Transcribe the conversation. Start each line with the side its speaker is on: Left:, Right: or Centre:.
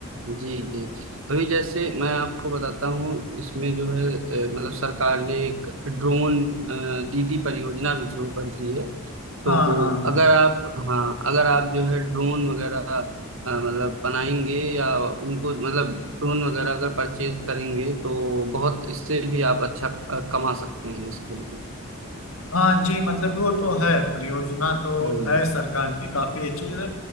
Right: जी जी अभी जैसे मैं आपको बताता हूँ इसमें जो है अ, मतलब सरकार ने एक ड्रोन अ, दीदी परियोजना भी शुरू कर दी है तो
Left: हाँ हाँ हाँ
Right: अगर आप हाँ अगर आप जो है ड्रोन वगैरह अ, मतलब बनाएंगे या उनको मतलब ड्रोन वगैरह अगर परचेज करेंगे तो बहुत इससे भी आप अच्छा अ, कमा सकते हैं इसके लिए
Left: हाँ जी मतलब वो तो है परियोजना तो
Right: हम्म
Left: है सरकार की काफी अच्छी जैसे